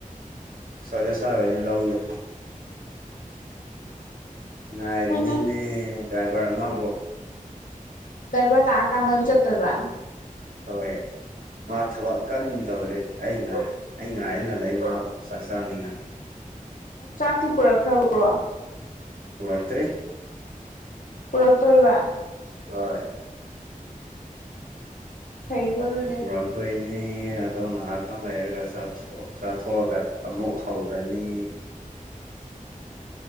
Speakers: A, on the right; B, on the left.
A: ꯁꯨꯏꯗ ꯆꯗꯣꯏꯅꯦ ꯂꯥꯎꯗ ꯉꯥꯏꯔꯤꯅꯤꯅꯦ
B: ꯃꯣꯏꯅ
A: ꯗ꯭ꯔꯥꯏꯚꯔ ꯑꯃꯕꯨ
B: ꯗꯕ ꯂꯥꯛ ꯀꯥꯟꯗꯅ ꯆꯠꯇꯦꯕ
A: ꯍꯣꯏ ꯃꯥ ꯊꯕꯛ ꯀꯟꯗꯧꯔꯤ ꯑꯩꯥ ꯉꯥꯏ ꯑꯩ ꯉꯥꯏꯅ ꯂꯩ ꯃꯥꯕꯨ ꯆꯥꯛ ꯆꯥꯅꯤꯡꯉꯥꯏ
B: ꯆꯥꯛꯇꯤ ꯄꯨꯔꯛꯈ꯭ꯔꯕ꯭ꯔꯣ
A: ꯄꯨꯔꯛꯇ꯭ꯔꯤ
B: ꯄꯨꯔꯛꯇꯣꯏꯕ
A: ꯍꯣꯏ
B: ꯐꯩꯀꯣ ꯑꯗꯨꯗꯤ
A: ꯋꯥꯔꯜ ꯇꯣꯏꯅꯤ ꯑꯗꯣ ꯉꯥꯏꯍꯥꯛꯇꯪ ꯂꯩꯔꯒ ꯆꯛ ꯆꯥꯊꯣꯛꯑꯒ ꯑꯃꯨꯛ ꯍꯧꯔꯅꯤ